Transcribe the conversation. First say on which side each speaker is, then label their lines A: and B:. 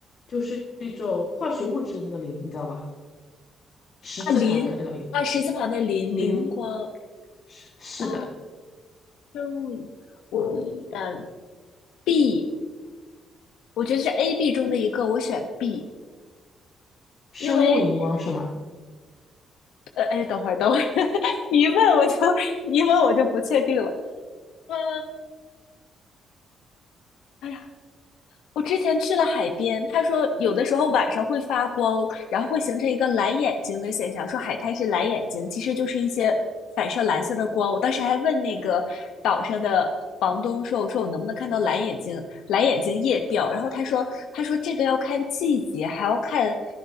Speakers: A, on the left (about 55°); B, on the left (about 80°).
A: 就是一种化学物质的那个磷，你知道吧？十字盘的那个磷，
B: 啊，林啊，十字旁的林，
A: 磷
B: 灵光，
A: 是是的，
B: 啊，生物，我嗯呃 B，我觉得是 A、B 中的一个，我选 B，
A: 生物荧光是吗？
B: 因为呃，哎，等会儿，等会儿，<laughs> 你一问我就一问我就不确定了。嗯，哎呀，我之前去了海边，他说有的时候晚上会发光，然后会形成一个蓝眼睛的现象，说海滩是蓝眼睛，其实就是一些反射蓝色的光。我当时还问那个岛上的房东说：“我说我能不能看到蓝眼睛？蓝眼睛夜钓？”然后他说：“他说这个要看季节，还要看